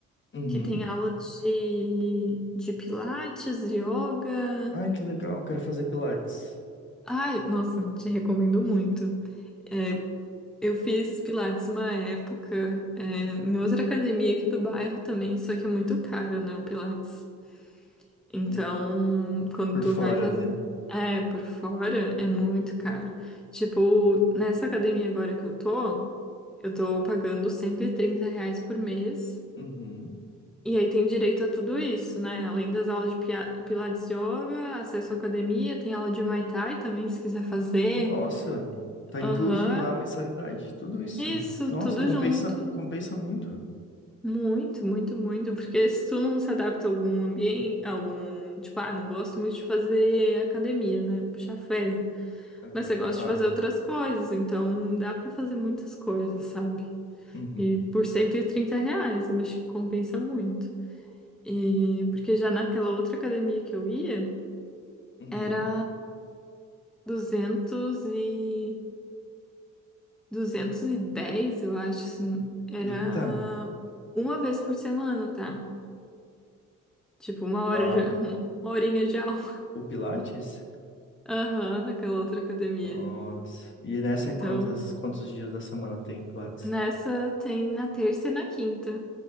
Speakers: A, on the left; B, in the centre.
A: Uhum.
B: que tem aulas de, de pilates, yoga.
A: Ai, que legal, quero fazer pilates.
B: Ai, nossa, te recomendo muito. É, eu fiz pilates uma época, é, em outra academia aqui do bairro também, só que é muito caro, né, o pilates. Então,
A: Hum.
B: quando
A: Por
B: tu
A: fora,
B: vai fazer.
A: né?
B: É, por fora é muito caro. Tipo, nessa academia agora que eu tô, eu tô pagando 130 reais por mês.
A: Uhum.
B: E aí tem direito a tudo isso, né? Além das aulas de pia- pilates yoga, acesso à academia, tem aula de Muay Thai também, se quiser fazer.
A: Nossa, tá incluso
B: Aham.
A: na mensalidade, tudo isso.
B: Isso,
A: Nossa,
B: tudo
A: compensa,
B: junto.
A: compensa muito.
B: Muito, muito, muito. Porque se tu não se adapta a algum ambiente, algum, tipo, ah, não gosto muito de fazer academia, né? Puxar ferro.
A: Aham.
B: Mas você gosta
A: Ah,
B: de fazer outras coisas, então dá pra fazer muitas coisas, sabe?
A: uhum.
B: E por 130 reais, eu acho que compensa muito. E porque já naquela outra academia que eu ia,
A: Uhum.
B: Era 200 e... 210 eu acho, assim. Era
A: Eita,
B: uma vez por semana, tá? Tipo, uma hora
A: ah,
B: de... <laughs> Uma, uma horinha de aula.
A: o pilates?
B: <laughs> Aham, naquela outra academia.
A: Nossa, e nessa
B: Então,
A: é quantas, quantos dias da semana tem pilates?
B: nessa tem na terça e na quinta.